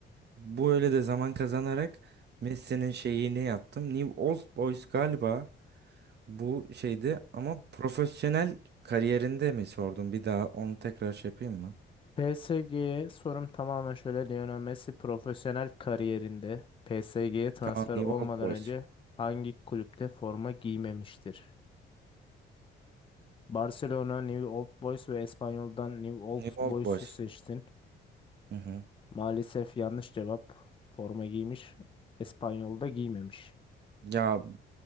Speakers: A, on the right; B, on the left.
A: Bu öyle de zaman kazanarak Messi'nin şeyini yaptım. New Old Boys galiba bu şeydi ama profesyonel kariyerinde mi sordum? Bir daha onu tekrar şey yapayım mı?
B: PSG'ye sorum tamamen şöyle. Lionel Messi profesyonel kariyerinde PSG'ye transfer
A: Tamam New
B: olmadan
A: Old Boys.
B: önce hangi kulüpte forma giymemiştir? Barcelona, New Old Boys ve Espanyol'dan New Old
A: New Old
B: Boys'u
A: Boys.
B: seçtin.
A: Hı hı.
B: Maalesef yanlış cevap. Forma giymiş. İspanyol'da giymemiş.
A: Ya